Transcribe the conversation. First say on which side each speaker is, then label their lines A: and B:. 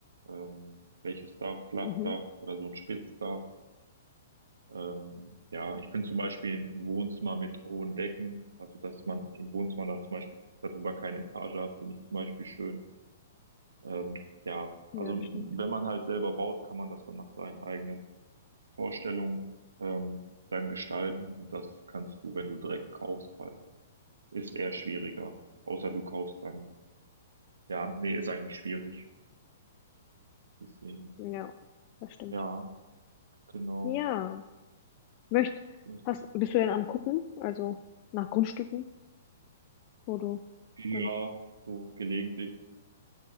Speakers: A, on the right; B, on the left.
A: ähm, welches Dach, Flachdach
B: Mhm.
A: oder so ein Spitzdach. Ähm, ja, ich finde zum Beispiel ein Wohnzimmer mit hohen Decken, also dass man im Wohnzimmer dann zum Beispiel darüber keine Etage hat, finde ich zum Beispiel schön. Ähm, ja, also
B: Ja, das stimmt.
A: wenn man halt selber baut, kann man das dann nach seinen eigenen Vorstellung ähm, beim Gestalten und das kannst du, wenn du direkt kaufst, halt. Ist eher schwieriger. Außer du kaufst dann, ja, nee, ist eigentlich schwierig. Deswegen,
B: Ja, das stimmt.
A: ja, genau,
B: Ja. Möcht,
A: so ist
B: hast,
A: es.
B: bist du denn am Gucken? Also nach Grundstücken, wo du
A: Ja,
B: dann.
A: so gelegentlich,